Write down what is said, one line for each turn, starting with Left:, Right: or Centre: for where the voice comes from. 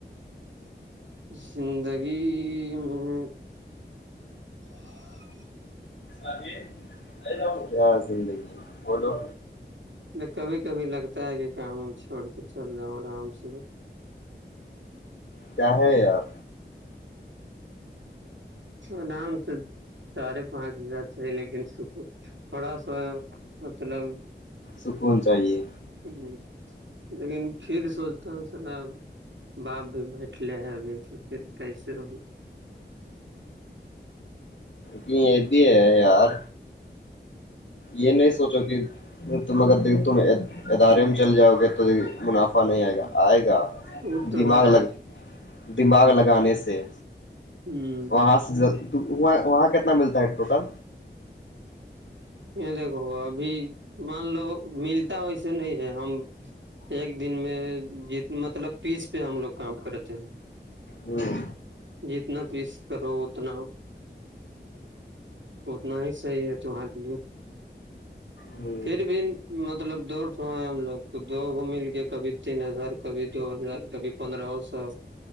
Right: زندگی <unintelligible>
Left: ہ جے <unintelligible> کیا زندگی بولو
Right: کبھی کبھی لگتا ہے کہ کام وم چھوڑ کے چل جاؤں آرام سے تو
Left: کیا ہے یار
Right: پر نام سے سارے پانچ ہزار سےاہی لیکن س تھوڑا سا مطلب
Left: سکون چاہیے
Right: ہ لیکن پھر سوچتا ہوں سرب باپ بھی بیٹھلے ہیں ابھی تو پھر کیسے ہو
Left: کی ا بھی ہے یار یہ نہیں سوچو کہ تم اگر دیک تم ادارے میں چل جاؤ گے تو د منافع نہیں آئے گا آئے گا
Right: ا تو
Left: دماغ
Right: ہے
Left: لگ دماغ لگانے سے
Right: ہوں
Left: وہاں سے تو وہاں وہاں کتنا ملتا ہے ٹوٹل
Right: یہ دیکھو ابھی مان لو ملتا ویسے نہیں ہے ہم ایک دن میں ج مطلب پیس پہ ہم لوگ کام کرتے ہیں
Left: ہ
Right: جتنا تیس کرو اتنا اتنا ہی صحیح ہے ت لیے
Left: ہوں
Right: پھر بھی مطلب دوٹو ہے ہم لوگ تو دو گ مل کے کبھی تین ہزار کبھی دو ہزار کبھی پندرہ سو